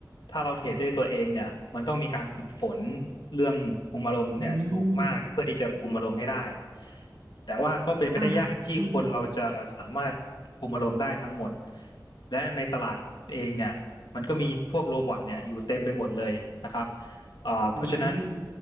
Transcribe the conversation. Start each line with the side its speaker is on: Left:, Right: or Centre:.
Left: ถ้าเราเทรดด้วยตัวเองเนี่ยมันต้องมีการฝึกฝนเรื่องคุมอารมณ์เนี่ยสูงมากเพื่อที่จะคุมอารมณ์ให้ได้
Right: อืม
Left: แต่ว่าก็เป็นไปได้ยากที่คนเราจะสามารถคุมอารมณ์ได้ทั้งหมด
Right: ค่ะใช่
Left: และในตลาดเองเนี่ยมันก็มีพวกโรบอทเนี่ยอยู่เต็มไปหมดเลยนะครับอ่าเพราะฉะนั้น
Right: อืม